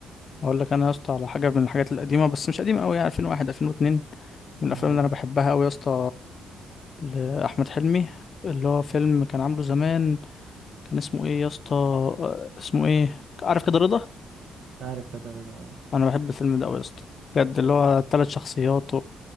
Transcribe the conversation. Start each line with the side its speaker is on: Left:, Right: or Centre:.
Left: اقول لك انا يا اسطى على حاجه من الحاجات القديمه بس مش قديمه قوي يعني 2001 2002 من الافلام
Right: عرفني
Left: اللي انا بحبها قوي يا اسطى لاحمد حلمي اللي هو فيلم كان عامله زمان كان اسمه ايه يا اسطى آه، اسمه ايه عارف كده رضا
Right: عارف كده رضا آه.
Left: انا بحب الفيلم ده قوي يا اسطى بجد اللي هو ثلاث شخصيات